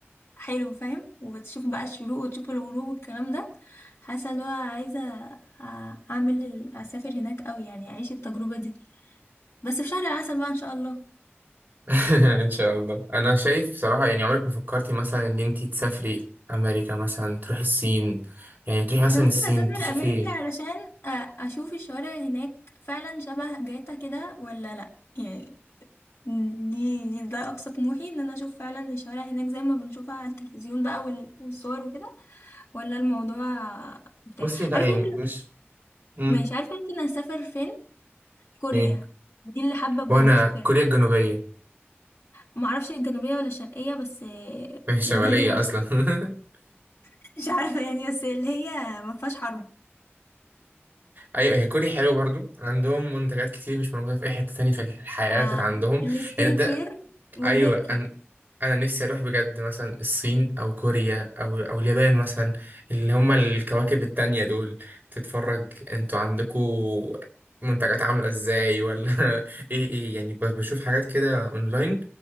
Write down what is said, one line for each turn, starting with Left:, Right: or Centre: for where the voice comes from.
Left: حلو فاهم وبتشوف بقى الشروق وتشوف الغروب والكلام ده حاسه اللي هو عايزه أ- اعمل ال- اسافر هناك قوي يعني اعيش التجربه دي بس في شهر العسل بقى ان شاء الله
Right: <laughs> ان شاء الله انا شايف صراحه يعني عمرك ما فكرتي مثلا ان انتي تسافري امريكا مثلا تروحي الصين يعني تروحي مثلا
Left: انا
Right: الصين
Left: ممكن اسافر
Right: تشوفي
Left: امريكا علشان أ- اشوف الشوارع هناك فعلا شبه جاتا كده ولا لا يعني دي دي- ده اقصى طموحي ان انا اشوف فعلا الشوارع هناك زي ما بنشوفها على التلفزيون بقى وال- والصور وكده ولا الموضوع بتاع
Right: بصي لا
Left: عارف ممكن
Right: يعني مش مم.
Left: مش عارف ممكن اسافر فين كوريا
Right: فين
Left: دي اللي حابة بجد
Right: وانا
Left: اسافرها
Right: كوريا الجنوبيه
Left: ما اعرفش الجنوبية ولا الشرقية بس آه،
Right: <laughs> الشماليه
Left: اللي هي
Right: اصلا <laughs>
Left: <laughs> مش عارفة يعني بس اللي هي ما فيهاش حرب
Right: ايوه هي كوريا حلوه برضو عندهم منتجات كتير مش موجوده في اي حته تانية في الحياه
Left: آه
Right: غير عندهم
Left: السكين
Right: يعني ده
Left: كير والهير
Right: ايوه
Left: كير
Right: انا انا نفسي اروح بجد مثلا الصين او كوريا او او اليابان مثلا اللي هما الكواكب التانية دول تتفرج انتوا عندكوا منتجات عاملة ازاي ولا <laughs> ايه ايه يعني ب- بشوف حاجات كده اونلاين